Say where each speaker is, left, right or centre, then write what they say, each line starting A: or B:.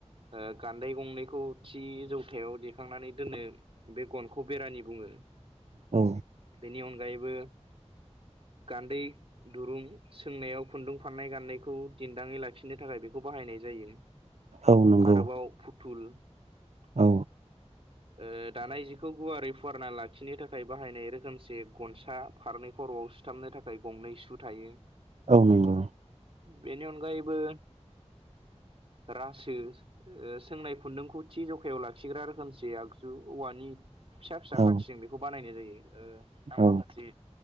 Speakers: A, on the right; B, on the right.
A: ओ गान्दै गंनैखौ थि जौथायाव दैेखांनानै दोननो। बे गनखौ बेरानि बुङो।
B: औ
A: बेनि अनगायैबो गान्दै दुरुं सोंनायाव खुन्दुं फाननाय गानदायखौ दिनन्दाङै लाखिनो थाखाय बेखौ बाहायनाय जायो।
B: औ नंगौ
A: आरोबाव फुथुल
B: औ
A: ओ दानाय जिखौ गुवारै फुवारना लाखिनो थाखाय बाहायनाय रोखोमसे गनसा फारनै खर'आव सुथाबनो थाखाय गंनै सु थायो।
B: औ नंगौ
A: बेनि अनगायैबो रासो ओ सोंनाय खुन्दुंखौ थि जखायाव लाखिग्रा रोखोमसे आगजु। औवानि फिसा फिसा
B: औ
A: खाथिजों बेखौ बानायनाय जायो ओ आं
B: औ
A: माखासे